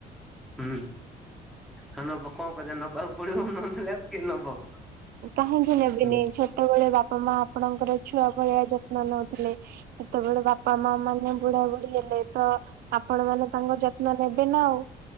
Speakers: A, in the centre; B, on the right.
A: ହୁଁ ହନବ କଣ କରିବା ନବାକୁ ପଡିବ ନ ନେଲେ ଆଉ କିଏ ନବ।
B: କାହିଁକି ନେବେନି
A: ହୁଁ
B: ଛୋଟବେଳେ ବାପା ମା ଆପଣଙ୍କର ଛୁଆ ଭଳିଆ ଯତ୍ନ ନଉଥିଲେ। ଛୋଟବେଳେ ବାପା ମା ମାନେ ବୁଢା ବୁଢୀ ହେଲେ ତ ଆପଣ ମାନେ ତାଙ୍କ ଯତ୍ନ ନେବେ ନା ଆଉ।